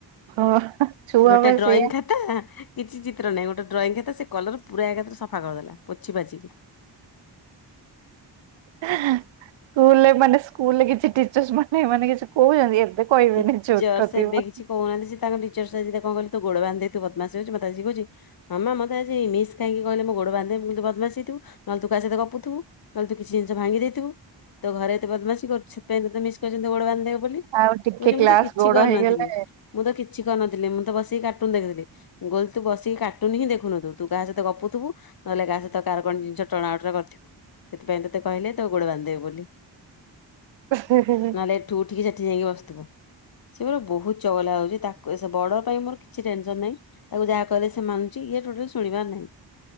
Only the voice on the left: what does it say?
ଗୋଟେ
ଡ୍ରଇଁ
ଖା ଖାତା କିଛି ଚିତ୍ର ନାହିଁ ଗୋଟେ ଡ୍ରଇଁ ଖାତା ସେ କଲର ପୁରା ଏକାଥରେ ସଫା କରଦେଲା ପୋଛି ପାଛି।
ଟିଚର୍ସ
ଏବେ କିଛି କହୁନାହାନ୍ତି ସେ ତାଙ୍କ ଟିଚର ଆଜି ତାକୁ କଣ କହିଲେ ତୁ ଗୋଡ଼ ବାନ୍ଧି ଦେଇ ତୁ ବଦମାସୀ ହଉଛୁ ମତେ ଆସିକି କହୁଛି ମାମ ମତେ ଆଜି ମିସ୍ କାହିଁକି କହିଲେ ମୁଁ ଗୋଡବାନ୍ଧିଦେବେ ମୁଁ କହିଲି ତୁ ବଦମାସୀ ହେଇଥିବ ନହେଲେ ତୁ କାହା ସହିତ ଗପୁଥିବୁ। ନହେଲେ ତୁ କିଛି ଜିନିଷ ଭାଙ୍ଗି ଦେଇଥିବୁ ତୁ ଘରେ ଏତେ ବଦମାସୀ କରୁଛୁ ସେଥିପାଇଁ ତତେ ମିସ୍ କହିଛନ୍ତି ତୁ ଗୋଡ ବାନ୍ଧି ଦେବେ ବୋଲି।
କହୁଛି
ମୁଁ ତ କିଛି
କରିନଥିଲି
ମୁଁ ତ କିଛି କରିନଥିଲି ମୁଁ ତ ବସିକି କାର୍ଟୁନ ଦେଖୁଥିଲି। ମୁଁ କହିଲି ତୁ ବସିକି କାର୍ଟୁନ ହିଁ ଦେଖୁନଥିବୁ ତୁ କାହା ସହିତ ଗପୁଥିବୁ। ନହେଲେ କାହା ସହିତ କାର କଣ ଜିନିଷ ଟଣାଓଟରା କରିଥିବୁ। ସେଥିପାଇଁ ତତେ କହିଲେ ତୋ ଗୋଡ ବାନ୍ଧିଦେବେ ବୋଲି।
ନହେଲେ ଏଠୁ ଉଠିକି ସେଠି ଯାଇକି ବସିଥିବୁ। ସେ ପୁରା ବହୁତ ଚଗଲା ହଉଛି ତାକୁ ସେ ବଡ଼ ପାଇଁ ମୋର କିଛି ଟେନସନ ନାହିଁ ତାକୁ ଯାହା କହିଲେ ସେ ମାନଛି ଇଏ ଟୋଟାଲ ଶୁଣିବାର ନାହିଁ